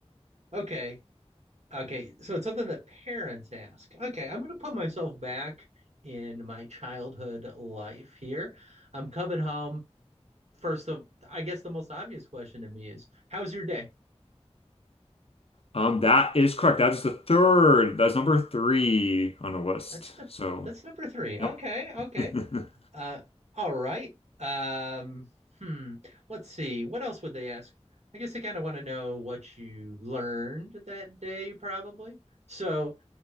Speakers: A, on the right; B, on the left.
A: okay. Okay. So it's something that parents ask. Okay. I'm going to put myself back in my childhood life here. I'm coming home. First of, I guess the most obvious question to me is, how's your day?
B: Um, that is correct. That is the third. That's number three on the list.
A: That's the,
B: So,
A: that's number three. Okay.
B: nope.
A: Okay.
B: <laughs>
A: Uh, all right. Um, hmm. Let's see. What else would they ask? I guess they kind of want to know what you learned that day, probably. So,